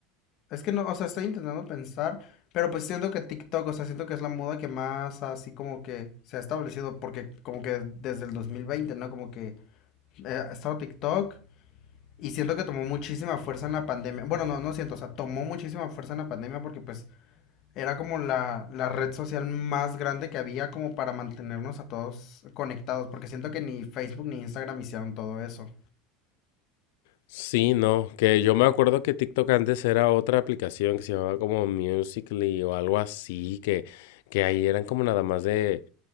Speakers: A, on the left; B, on the left.
A: Es que no, o sea, estoy intentando pensar, pero pues siento que TikTok, o sea, siento que es la moda que más así como que se ha establecido, porque como que desde el dos mil veinte ¿no? Como que eh, ha estado TikTok y siento que tomó muchísima fuerza en la pandemia. Bueno, no, no siento, o sea, tomó muchísima fuerza en la pandemia porque pues Era como la, la red social más grande que había como para mantenernos a todos conectados, porque siento que ni Facebook ni Instagram hicieron todo eso.
B: Sí, no, que yo me acuerdo que TikTok antes era otra aplicación que se llamaba como Musical.ly o algo así, que, que ahí eran como nada más de,